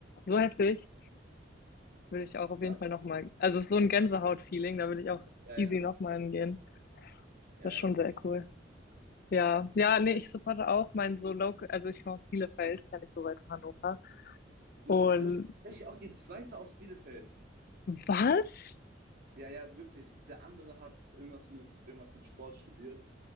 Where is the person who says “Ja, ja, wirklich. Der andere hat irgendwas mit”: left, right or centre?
Right